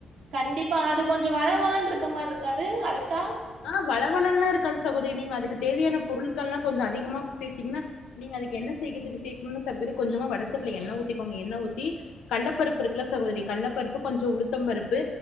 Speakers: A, on the right (about 70°); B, on the left (about 70°).
A: கண்டிப்பா அது கொஞ்சோ வழ வழனு இருக்க மாரி இருக்காது அரச்சா
B: ஆ வழ வளனுலா இருக்காது சகோதிரி நீங்க அதுக்கு தேவையான பொருட்கள்லா கொஞ்சோ அதிகமா சேர்த்தீங்ன்னா நீங்க அதுக்கு என்ன சேக்குறுது சேக்குனோனா சகோதுரி கொஞ்சமா வடசட்டில எண்ண ஊத்திகோங்க எண்ண ஊத்தி கள்ளப்பருப்பு இருக்குல சகோதரி கள்ள பருப்பு கொஞ்சோ உளுத்தம் பருப்பு